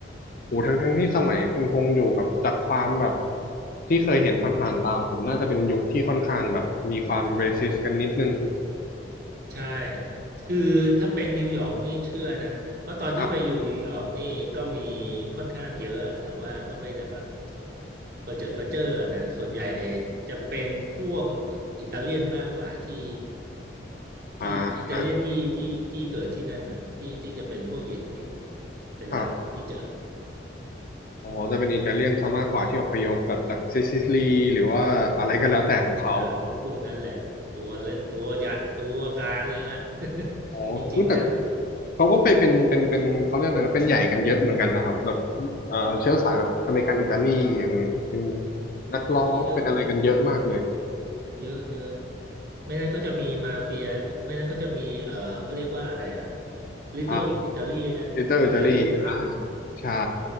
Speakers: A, on the left; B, on the right.
A: โหทั้งทั้งที่สมัยคุณพงษ์อยู่กับจากความแบบที่เคยเห็นผ่านๆตามผมน่าจะเป็นยุคที่ค่อนข้างแบบมีความเบสิสกันนิดนึง
B: ใช่คือถ้าเป็นนิวยอร์กนี่เชื่อนะเพราะตอนที่ไปอยู่นิวยอร์กนี่ก็มี
A: ครับ
B: ค่อนข้างเยอะอะแต่ว่าก็ไม่ได้แบบประเจิดประเจ้ออะนะส่วนใหญ่จะเป็นพวกอิตาเลียนมากกว่าที่ที่อิตาเลียนที่ที่ที่เกิดที่นั่นแหละที่ที่จะเป็นพวกเหยียดผิว
A: อ่า
B: เป็นหลักที่เจอ
A: ครับ อ๋อจะเป็นอิตาเลียนซะมากกว่าที่อพยพแบบจากซิซิลีหรือว่าอะไรก็แล้วแต่ของเขา
B: ใช่ใช่พวกนั้นแหละตัวเละตัวยักษ์ตัวการเลยแหละ <laughs>
A: โอ้รู้แต่
B: จริงๆแล้ว
A: เขาก็ไปเป็นเป็นเป็นเขาเรียกอะไรนะเป็นใหญ่กันเยอะเหมือนกันนะครับแบบเอ่อเชื้อสายแบบอเมริกันอิตาลีอย่างเงี้ยเป็นนักร้องเป็นอะไรกันเยอะมากเลย
B: โอ้เยอะเยอะเยอะไม่นั้นก็จะมีมาเฟียไม่นั้นก็จะมีเออเขาเรียกว่าอะไรอะ Little
A: อ่า
B: Italy อิตาเ
A: ลิตเติ้ลอิตาลีอ่า
B: ลียนทาว
A: ใช่